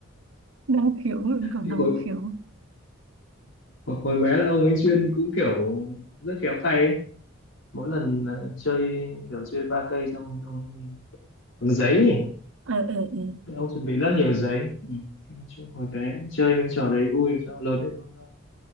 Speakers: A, on the right; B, on the left.
A: năng khiếu mình còn
B: thì
A: năng
B: hồi,
A: khiếu
B: hồi hồi bé là ông ấy chuyên cũng kiểu rất khéo tay ấy mỗi lần ờ, chơi kiểu chơi ba cây trong trong bằng giấy ấy.
A: ừ ừ ừ
B: Thì ông chuẩn bị rất nhiều giấy ừ. Nói chung hồi bé chơi những trò đấy vui sao lớn thì nó nó,